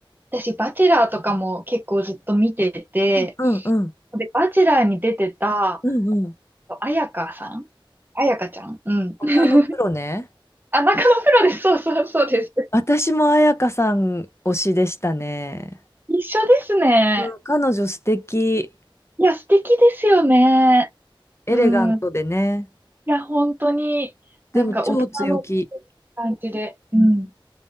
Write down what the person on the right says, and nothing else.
私、バチェラーとかも結構ずっと見てて、
で、バチェラーに出てた、
あやかさんあやかちゃんうん。<laughs>
あ、中野プロです。そうそうそうです。
一緒ですね。
いや、素敵ですよね。
うん。いや、本当に、
なんか大人の感じで。うん。